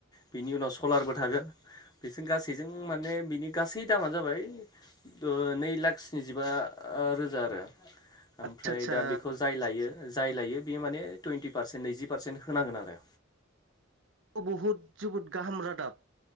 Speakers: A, on the left; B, on the right.
A: बिनि उनाव सलारबो थागोन बेजों गासैजों माने बिनि गासै दामानो जाबाय ओ नै लाख स्निजिबा आ रोजा आरो
B: आदसा
A: ओमफ्राय
B: आदसा
A: दा बेखौ जाय लायो जाय लायो बेयो माने टुइन्टि पारसेन्ट नैजि पारसेन्ट होनांगोन आरो
B: बहुत जोबोद गाहाम रादाब